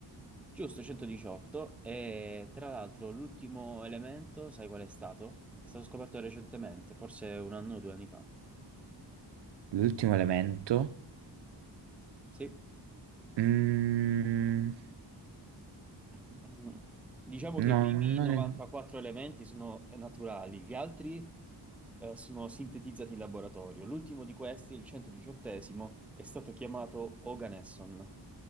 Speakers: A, in the centre; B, on the right (about 75°).
A: Giusto, 118. E tra l'altro l'ultimo elemento, sai qual è stato? È stato scoperto recentemente, forse un anno o due anni fa.
B: l'ultimo elemento.
A: Sì.
B: Mm,
A: <clears throat> Diciamo
B: no,
A: che i primi
B: non
A: 94
B: è...
A: elementi sono naturali, gli altri eh, sono sintetizzati in laboratorio. L'ultimo di questi, il 118esimo, è stato chiamato Oganesson